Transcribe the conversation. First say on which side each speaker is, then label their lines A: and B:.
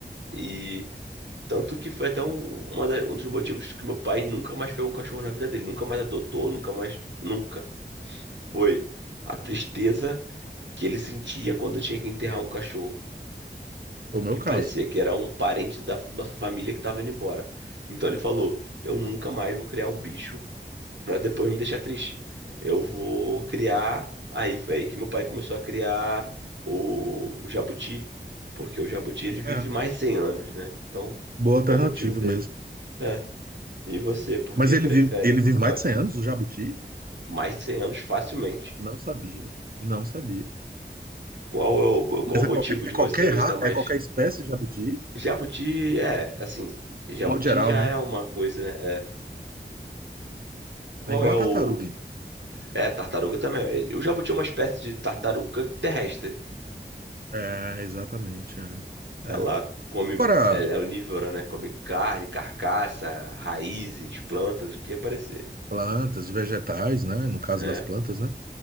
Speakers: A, on the right; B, on the right.
A: E tanto que foi até um, uma da- um dos motivos que meu pai nunca mais pegou um cachorro na vida dele. Nunca mais adotou, nunca mais. Nunca. Foi a tristeza que ele sentia quando tinha que enterrar um cachorro,
B: o meu
A: que parecia
B: caso.
A: que era um parente da f- nossa família que estava indo embora. Então ele falou: Eu nunca mais vou criar um bicho para depois me deixar triste. Eu vou criar. Aí foi aí que meu pai começou a criar o, o jabuti, porque o jabuti ele vive
B: É,
A: mais de 100 anos, né? Então,
B: boa alternativa
A: foi o motivo dele.
B: mesmo.
A: É. E você, por
B: Mas
A: que
B: ele
A: prefere
B: vive, ele vive
A: ó,
B: mais de 100 anos, o jabuti?
A: mais de 100 anos facilmente?
B: Não sabia, não sabia.
A: Qual é o, qual
B: Mas
A: o motivo
B: é qualquer,
A: de
B: é
A: você
B: qualquer,
A: gostar
B: ra-
A: mais?
B: é qualquer espécie de jabuti,
A: Jabuti, é, assim, jabuti
B: de modo geral,
A: já
B: né?
A: é uma coisa, né? É. Qual
B: É igual
A: é o.
B: a tartaruga, então.
A: É, tartaruga também. O jabuti é uma espécie de tartaruga terrestre.
B: É, exatamente, é. É.
A: Ela come.
B: Agora,
A: Ela é onívora, né? Come carne, carcaça, raízes, plantas, o que aparecer.
B: plantas, vegetais, né? No caso
A: É.
B: das plantas, né?